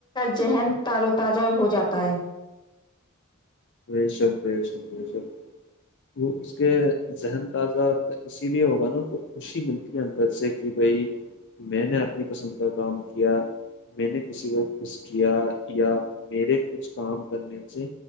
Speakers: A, on the left; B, on the left.
A: ذہن تار و تازہ ہو جاتا ہے
B: بے شب بے شب بے شب وہ اس کے ذہن تازہ اسی لیے ہوگا نا کو خوشی ملتی ہے اندر سے کہ بھائی میں نے اپنی پسند کا کام کیا میں نے کسی کو خوش کیا یا میرے کچھ کام کرنے سے